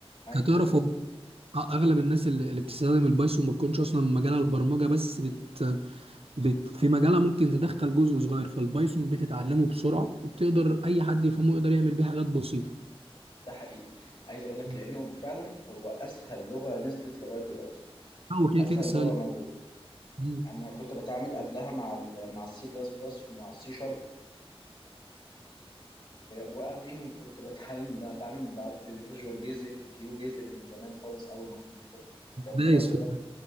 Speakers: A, on the right; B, on the left.
A: كتعرف
B: قول
A: هو أ- اغلب الناس اللي اللي بتستخدم البايثون ما تكونش اصلا مجالها البرمجه بس بت... بت... في مجالها ممكن تدخل جزء صغير فالبايثون بتتعلمه بسرعه وبتقدر اي حد يفهمه يقدر يعمل بيه حاجات بسيطه
B: ده حقيقي عايز اقول لك
A: مم.
B: لانه فعلا هو اسهل لغه نزلت لغايه دلوقتي
A: هو كده
B: اسهل
A: كده سهل
B: لغه موجوده
A: مم.
B: انا كنت بتعامل قبلها مع ال مع السي بلس بلس ومع السي شارب وقبليهم كنت بتعامل بتعامل ب- بالفيجوال بيزك والكيو بيزك من زمان خالص اول ما الكمبيوتر كان
A: دايس
B: طلع كده
A: في